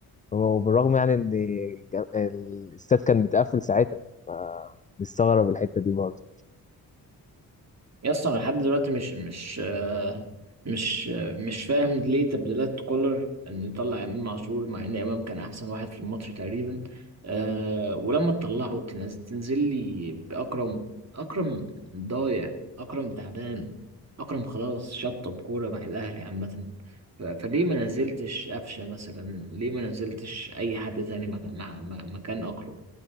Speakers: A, on the left; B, on the right.
A: وبالرغم يعني ان جا- الاستاد كان متقفل ساعتها فنستغرب الحتة دي برضه
B: يا اسطى انا لحد دلوقتي مش مش آه، مش آه، مش فاهم ليه تبديلات كولر انه يطلع امام عاشور مع ان امام كان احسن واحد في الماتش تقريبا أه ولما تطلعه تنزل, تنزل لي باكرم اكرم ضايع اكرم تعبان اكرم خلاص شطب كوره مع الاهلي عامه ف- فليه ما نزلتش قفشه مثلا ليه ما نزلتش اي حد تاني مك- مع- مع- مكان اكرم